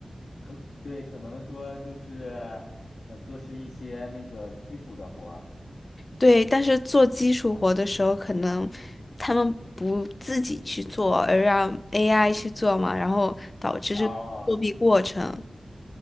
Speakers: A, on the left; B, on the left.
A: 可对，可能说就是呃，做是一些那个基础的活儿。
B: 对，但是做基础活的时候，可能他们不自己去做，而让 AI 去做嘛，然后导致这个作弊过程。
A: 哦，